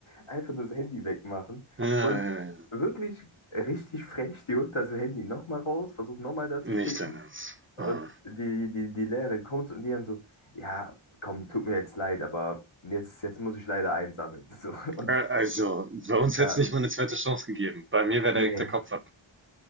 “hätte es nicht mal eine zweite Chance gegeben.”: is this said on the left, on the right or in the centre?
Right